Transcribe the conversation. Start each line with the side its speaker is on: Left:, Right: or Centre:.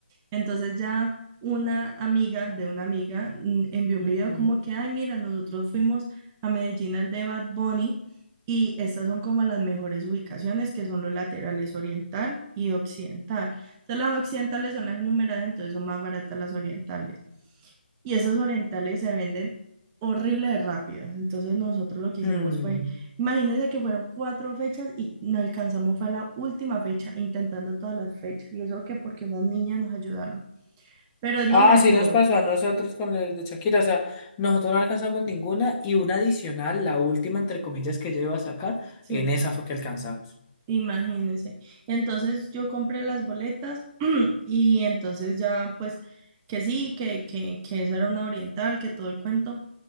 Right: Entonces ya una amiga de una amiga mm, envió un
Left: Ujú.
Right: video como que, ay, mira, nosotros fuimos a Medellín al de Bad Bunny y estas son como las mejores ubicaciones que son los laterales oriental y occidental sea, las occidentales son las enumeradas, entonces son más baratas las orientales. Y esas orientales se venden horrible de rápidas. Entonces nosotros lo que
Left: Mm,
Right: hicimos fue, imagínense que fueron cuatro fechas y no alcanzamos, fue la última fecha, intentando todas las fechas. Y eso que porque unas niñas nos ayudaron. Pero es
Left: Ah,
Right: lo mejor,
Left: sí nos pasó a nosotros con el de Shakira, o sea, nosotros no alcanzamos ninguna y una adicional, la última entre comillas que yo iba a sacar,
Right: sí,
Left: en esa fue que alcanzamos.
Right: imagínense. Y entonces yo compré las boletas <clears throat> y entonces ya pues que sí, que, que, que esa era una oriental, que todo el cuento.